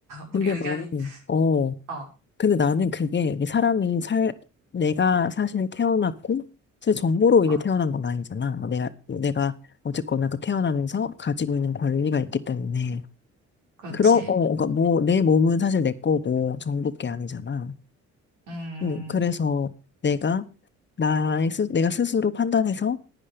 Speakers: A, on the right (about 85°); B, on the left (about 35°).
A: 우리
B: 근데
A: 의견이,
B: 나는, 어,
A: 어, 어,
B: 근데 나는 그게 이게 사람이 살, 내가 사실 태어났고, 사실 정보로
A: 어,
B: 이게 태어난 건 아니잖아. 내가, 내가 어쨌거나 그 태어나면서 가지고 있는 권리가 있기 때문에.
A: 그렇지.
B: 그런, 어, 그러니까 뭐, 내 몸은 사실 내 거고, 정부 게 아니잖아.
A: 음,
B: 음, 그래서 내가, 나의 스, 내가 스스로 판단해서